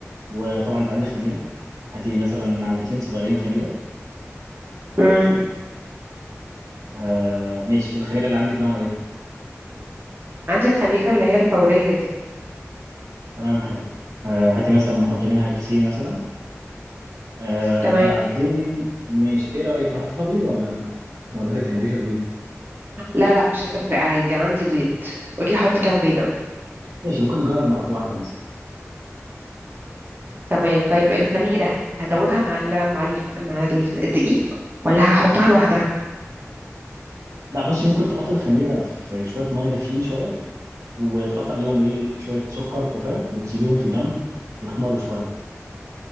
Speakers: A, on the right; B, on the right.
A: وطبعا انت عندك خميره هاتي مثلا معلقتين صغيرين خميره
B: مم.
A: آه، ماشي الخميره اللي عندك نوع ايه
B: عندي الخميرة اللي هي الفورية دي
A: تمام حلو آه، هاتي مثلا نحط منها كيسين مثلا آه،
B: تمام
A: بعدين ماشي ايه رايك نحط فيها بيض ولا ولا انت بتحبيش البيض
B: لا لا مش هتفرق عادي عندي بيض قولي حط كام بيضة
A: ماشي ممكن نجرب نحط واحده مثلا
B: تمام طيب الخميرة هدوبها مع ال مع ال مع ال- الدقيق ولا هحطها لوحدها
A: لا بصي ممكن تحط الخميره في شويه ميه دافيين شويه وتحط عليهم ايه شويه سكر خفاف وتسيبيهم في جنب يخمروا شويه